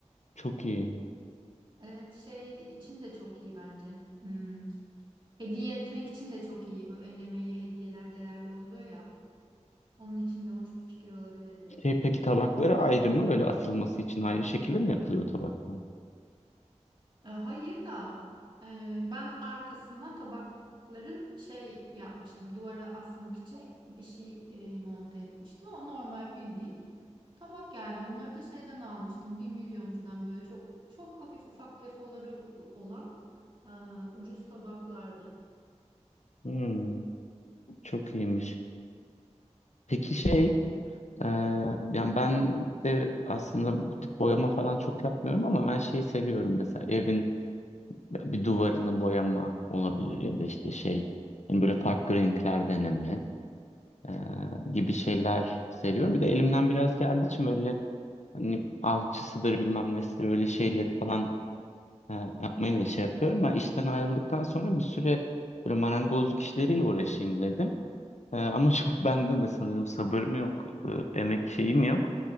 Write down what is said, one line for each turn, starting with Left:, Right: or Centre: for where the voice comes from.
Left: çok iyi.
Right: Evet şey için de çok iyi bence. Hmm. Hediye etmek için de çok iyi. Bu el emeği hediyeler değerli oluyor ya. Onun için de hoş bir fikir olabilir belki.
Left: Şey, peki tabakları ayrı mı? Böyle asılması için ayrı şekilde mi yapılıyor tabaklar?
Right: E, hayır da e, ben arkasına tabakların şey yapmıştım. Duvara asmak için bir şey e, monte etmiştim. O normal bildiğin. Tabak yani onları da şeyden almıştım. Bir milyoncudan böyle çok çok hafif ufak defoları olan e, ucuz tabaklarda.
Left: Hmm, çok iyiymiş. Peki şey Ee, yani ben de aslında bu tip boyama falan çok yapmıyorum ama ben şeyi seviyorum mesela evin bir duvarını boyama olabilir ya da işte şey hani böyle farklı renkler deneme ee, gibi şeyler seviyorum. Bir de elimden biraz geldiği için böyle hani alçısıdır bilmem nesidir öyle şeyleri falan e, yapmayı da şey yapıyorum. Ben işten ayrıldıktan sonra bir süre böyle marangozluk işleriyle uğraşayım dedim. Ee, ama <laughs> çok bende de sanırım sabır mı yok, e, emek şeyim yok.